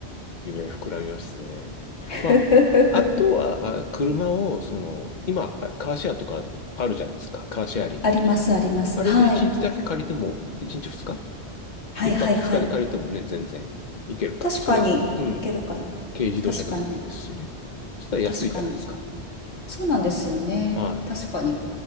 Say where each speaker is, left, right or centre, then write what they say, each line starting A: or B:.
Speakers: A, on the left; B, on the left.
A: 夢は膨らみますね。
B: <laughs> ふふふふ
A: まあ、あとは、あ車を、その、今、あカーシェアとかあるじゃないですか。カーシェアリングとか。
B: ありますあります。
A: あれで1日だけ借りても、
B: はい。
A: 1日2日
B: はいはいはい。
A: ?1 泊2日で借りてもね、全然いけるから。
B: 確かにいけるかな。
A: それ、うん。軽自動車でもいいですしね。
B: 確かに。
A: そしたら安いじゃないですか。
B: 確かにそうなんですよね確かに
A: はい。